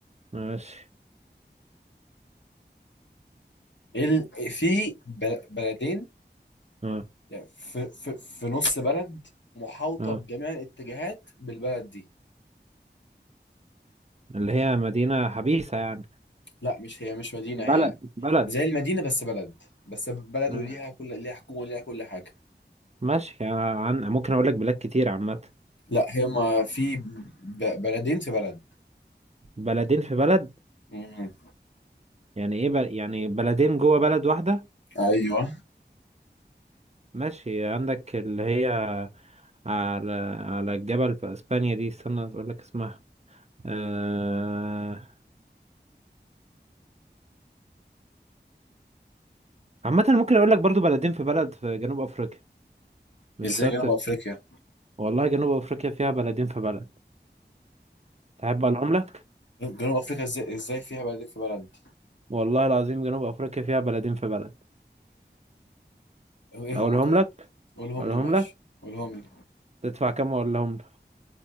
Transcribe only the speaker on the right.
ماشي
اه
اه
اللي هي مدينة حبيسة يعني
بلد
بلد
آه.
ماشي يعني عن ممكن أقول لك بلاد كتير عامة
بلدين في بلد
يعني إيه بل... يعني بلدين جوه بلد واحدة
ماشي عندك اللي هي على على الجبل في اسبانيا دي استنى اقول لك اسمها آه... عامة ممكن اقول لك برضو بلدين في بلد في جنوب افريقيا مش
شرط
في...
والله جنوب افريقيا فيها بلدين في بلد تحب اقولهم لك
والله العظيم جنوب افريقيا فيها بلدين في بلد
اقولهم
لك
اقولهم
لك
تدفع كام اقولهم لك